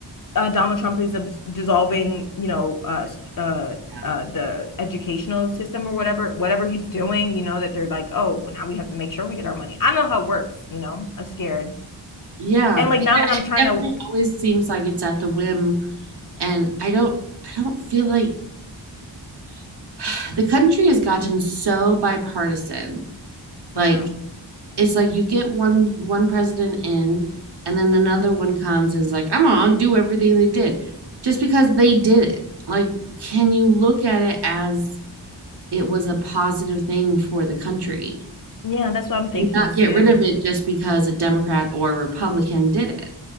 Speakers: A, on the left; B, on the right.
A: uh, Donald Trump is abs- dissolving, you know, uh, uh,
B: Yeah.
A: uh, the educational system or whatever, whatever he's doing, you know, that they're like, oh, now we have to make sure we get our money. I don't know how it works, you know, I'm scared.
B: Yeah.
A: And like
B: Yeah,
A: now that I'm
B: it
A: trying
B: definitely
A: to
B: always seems like it's at the whim and I don't I don't feel like <sighs> the country has gotten so bipartisan.
A: Yeah.
B: Like it's like you get one one president in and then another one comes and is like, I'm gonna undo everything they did just because they did it. Like, can you look at it as it was a positive thing for the country
A: Yeah, that's what I'm thinking
B: and not
A: too.
B: get rid of it just because a Democrat or Republican did it.